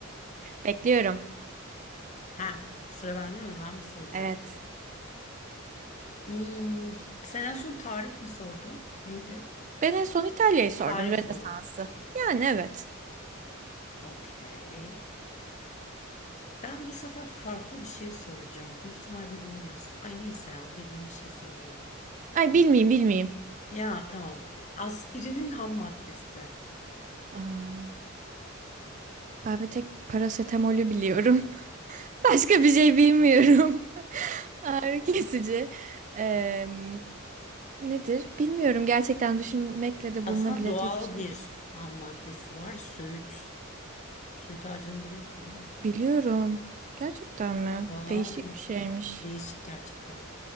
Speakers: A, on the right; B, on the left.
A: <laughs> Bekliyorum.
B: Ha, sıra bende mi? Ben mi soracağım?
A: Evet.
B: Hmm, sen en son tarih mi sordun? Neydi?
A: Ben en son İtalya'yı sordum,
B: Tarih
A: Rönesans'ı.
B: sordum.
A: Yani evet.
B: Okey. Ben bu sefer farklı bir şey soracağım. Büyük ihtimalle bilmiyorsun. Ay neyse ya bildiğim bir şey sorayım.
A: Ay bilmeyeyim, bilmeyeyim.
B: Ya tamam. Aspirinin ham maddesi.
A: Aa, ben bir tek parasetamolü biliyorum. <laughs> Başka bir şey bilmiyorum. <laughs> Ağrı kesici. Em, nedir? Bilmiyorum. Gerçekten düşünmekle de
B: Aslında
A: bulunabilecek
B: doğal
A: bir şey
B: bir
A: değil.
B: ham maddesi var. Söğüt. Söğüt ağacını biliyorsun değil mi?
A: Biliyorum. Gerçekten mi?
B: Vallahi
A: Değişik
B: oymuş.
A: bir şeymiş.
B: Değişik gerçekten.